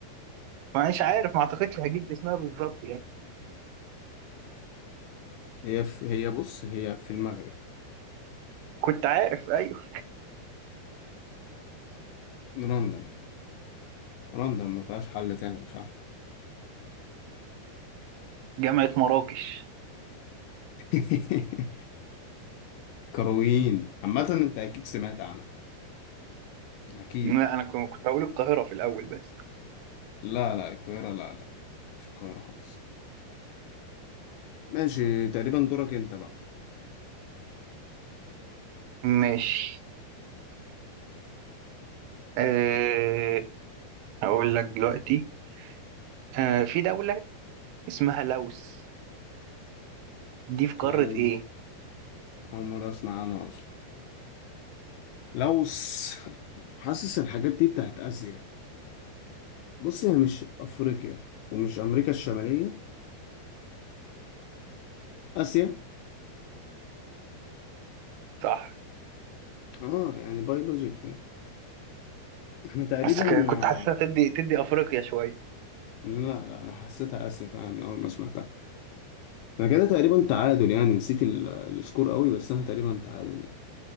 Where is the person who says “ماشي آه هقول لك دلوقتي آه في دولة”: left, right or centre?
Right